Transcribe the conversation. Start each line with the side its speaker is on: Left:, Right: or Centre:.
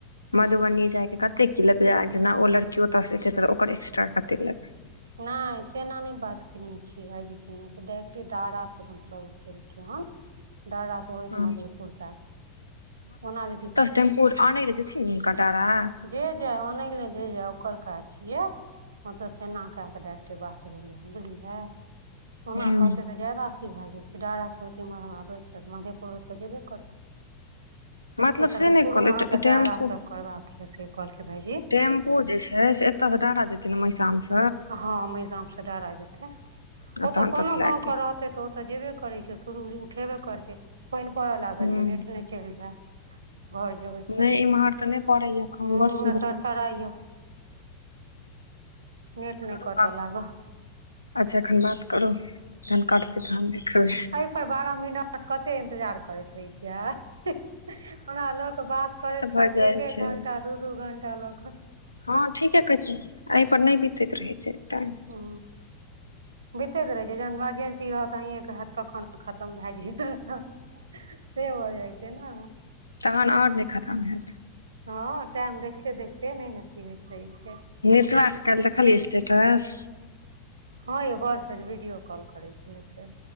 Left: मधुबनी जाय के कते की लेबे जेना ओ लड़कियो त ओतऽ सिखै ओकर एक्स्ट्रा कते लेबे।
Right: नैय सेना नय बात केने छियै भाई जी केने छै डाइटे डारा स मतलब के हन ड्रास से हो <unintelligible> इत
Left: हँ
Right: मधेपुर क क ओना यदि।
Left: टेम्पो आनै ले जेथिन हुनक डारा
Right: जे जाय ओनै ले जे जाय ओकर काज छियै हं तऽ तेना कैय कऽ डाइरेक्ट बात भेलहिन बुझलियै ओना
Left: हूँ
Right: कहतै तऽ जादा अथी भए जेतै डारास होत इमहर हमरा बैसत त मधेपुर होयइत तऽ जेबे करतै।
Left: मतलब
Right: से कहलकै
Left: नहि
Right: शुरू
Left: कहलहु
Right: अहाँके
Left: टेम्पू
Right: डारा स करबाक य से कहलकै भाईजी।
Left: टेम्पू जे छै से एतय स डारा जेतै ने महिशाम स
Right: हँ मेहजाम स डरा जेतै ओ
Left: आ तहन
Right: तऽ कोनो
Left: ओतऽ से लए
Right: गाँंव के रहते तऽ ओतऽ जेबे करै छै शुरू उठेबे करतै पानि पड़य लागल
Left: हूँ
Right: य नेट नहि छै बूझे घर जेबै तऽ
Left: नहि इम्हर तऽ नहि पड़ैया एखन
Right: हं
Left: बड़ सुन्दर
Right: तर तराइय नेट
Left: करू
Right: नहि कटऽ
Left: बात
Right: लाग
Left: अच्छा एखन बात करू जहन कटतै तहन देखबै।
Right: एहि पर बारह मिनट कते इंतजार करैत रहै छियै ओना लोक के बात करति
Left: भऽ
Right: करति
Left: जाइ
Right: एक एक
Left: छै
Right: घंटा दू दू घंटा लोकऽ
Left: हँ ठीके कहै छै आइ पर नै बितैत रहै छै टाइम
Right: हऽ बितेैत रहे छै जहन मर्जेंसी रहत अहिए कऽ कखन खतम भए जतै। <unintelligible> से हो जाइ छै न
Left: तहन और नै खतम हैत।
Right: हँ टाइम देखते देखते नै अथी होइत रहै छै।
Left: नेतवा कऽ काइल देखलियै स्टेटस-
Right: हँ यौ बड़ से वीडियो कॉल करै छलैसे